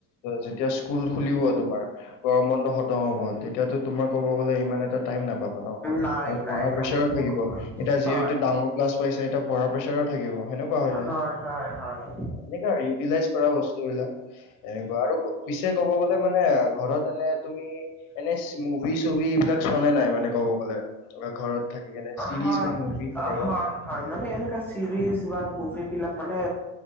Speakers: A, on the left; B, in the centre.
A: যেতিয়া স্কুল খুলিব তোমাৰ, গৰম বন্ধ খতম হ'ব। তেতিয়াতো, তোমাৰ ক'ব গ'লে, ইমান এটা টাইম নাপাবা ন'
B: নাই
A: আৰু পঢ়া
B: নাই নহ'ব
A: প্ৰেছাৰো থাকিব। এতিয়া,
B: হয়
A: যিহেতু ডাঙৰ ক্লাছ পাইছা, এতিয়া পঢ়াৰ প্ৰেছাৰো থাকিব, সেনেকুৱা হৈ যায়।
B: হয় হয়, হয়!
A: এনেকুৱা, ইউটিলাইজ কৰা বস্তুবিলাক। এনেকুৱা! আৰু পিছে ক'ব গ'লে মানে, ঘৰত এনে তুমি, এনে, মুভি-চুভি এইবিলাক, চোৱা নে নাই? মানে, ক'ব গ'লে ঘৰত। থাকি কেনে, চিৰিজ
B: হয়
A: বা মুভি সেনেকুৱা।
B: হয়! মানে, এনেকা চিৰিজ বা মুভি বিলাক মানে,